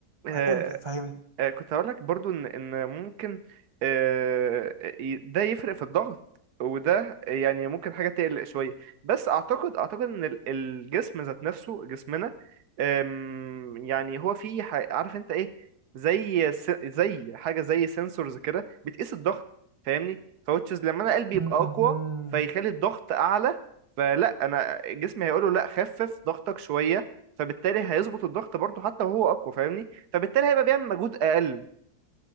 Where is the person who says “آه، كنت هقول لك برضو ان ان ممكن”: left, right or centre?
Right